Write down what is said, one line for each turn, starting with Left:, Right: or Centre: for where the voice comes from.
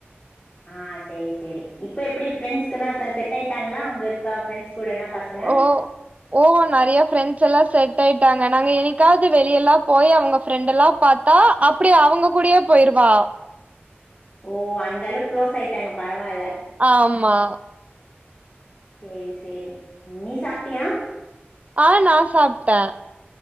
Left: ஆ சேரி சேரி இப்ப எப்டி ஃப்ரண்ட்ஸ்குலா செ செட் ஆயிட்டாங்களா அங்க இருக்கா ஃப்ரெண்ட்ஸ் கூடெல்லா பசங்க
Right: ஓ ஓ நெறைய ஃப்ரெண்ட்ஸல்லா செட் ஆயிட்டாங்க நாங்க என்னைக்காவது வெளியல்லா போய் அவுங்க ஃப்ரெண்டல்லா பாத்தா அப்டியே அவுங்க கூடயே போயிருவா
Left: ஓ அந்தளவு க்ளோஸ் ஆயிட்டாங்க பரவால்ல
Right: ஆமா
Left: சேரி சேரி நீ சாப்டியா
Right: ஆ நா சாப்ட்டே